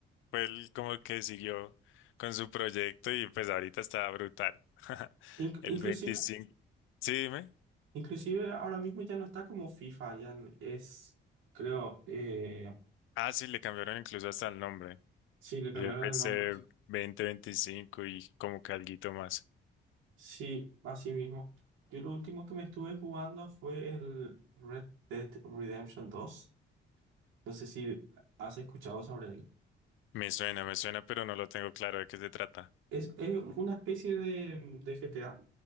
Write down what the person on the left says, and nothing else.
fue el como que siguió con su proyecto y pues ahorita está brutal. <laughs>
El
veinticinco Sí, dime.
Ah, sí, le cambiaron incluso hasta el nombre.
Y F
C
veinte veinticinco y como que alguito más.
Me suena, me suena, pero no lo tengo claro de qué se trata.